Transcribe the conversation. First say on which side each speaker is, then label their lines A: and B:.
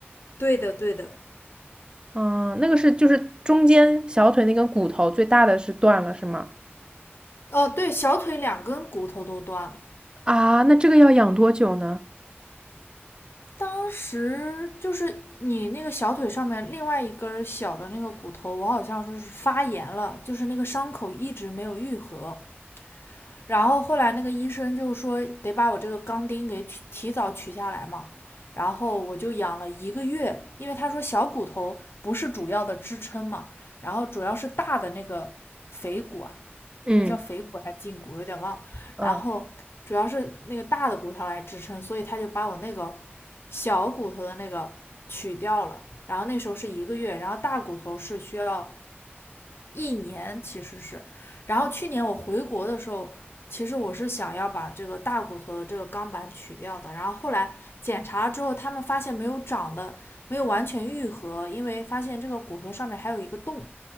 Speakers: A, on the left; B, on the right.
A: 对的对的，
B: 嗯，那个是就是中间小腿那根骨头最大的是断了是吗？
A: 哦，对，小腿两根骨头都断了。
B: 啊，那这个要养多久呢？
A: 当时就是你那个小腿上面另外一根小的那个骨头，我好像就是发炎了，就是那个伤口一直没有愈合。然后后来那个医生就说得把我这个钢钉给取提早取下来嘛，然后我就养了一个月，因为他说小骨头不是主要的支撑嘛，然后主要是大的那个腓骨啊，
B: 嗯，
A: 那个叫腓骨还是胫骨，我有点忘了，
B: 嗯，
A: 然后主要是那个大的骨头来支撑，所以他就把我那个小骨头的那个取掉了，然后那时候是一个月，然后大骨头是需要一年其实是，然后去年我回国的时候，其实我是想要把这个大骨头的这个钢板取掉的，然后后来检查了之后，他们发现没有长的，没有完全愈合，因为发现这个骨头上面还有一个洞，